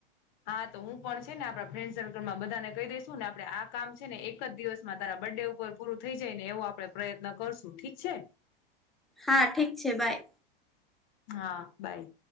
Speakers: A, on the left; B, in the centre.
A: હા તો હું પણ છે ને આપડા ફ્રેન્ડ સર્કલમાં બધા ને કહી દઈસું ને આપડે આ કામ છે ને એક જ દિવસમાં તારા બર્થ ડે ઉપર પૂરું થઈ જાય ને એવો આપણેે પ્રયત્ન કરશું ઠીક છે.
B: હા ઠીક છે બાય.
A: હા બાય.